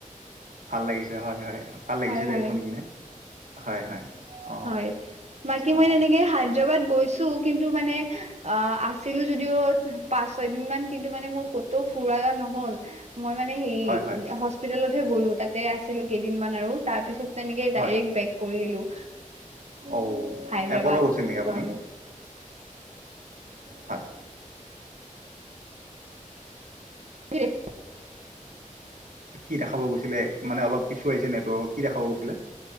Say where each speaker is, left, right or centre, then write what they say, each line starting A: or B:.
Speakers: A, on the right; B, on the right.
A: ভাল লাগিছে হয় হয় ভাল লাগিছে
B: হয়
A: দেই
B: হয়
A: শুনি কিনে হয় হয় অ
B: হয় বাকী মই
A: অ
B: তেনেকে হায়দৰাবাদ গৈছো কিন্তু মানে অ', আছিলো যদিও পাঁচ ছয় দিন মান কিন্তু মানে মোৰ কতো ফুৰা নহ'ল মই মানে হেৰি
A: হয় হয়
B: হস্পিতেলতহে গ'লো তাতে আছিলো কেইদিনমান আৰু তাৰ পিছত তেনেকে ডাইৰেক্ট
A: হয়
B: বেক কৰিলো
A: অ',
B: হায়দৰাবাদ
A: এপ'ল' গৈছিল নেকি
B: পৰা
A: আপুনি হয়
B: <inaudible>
A: কি দেখাব গৈছিলে মানে অলপ ইছ্যু আহিছে নেটৱৰ্কৰ কি দেখাব গৈছিলে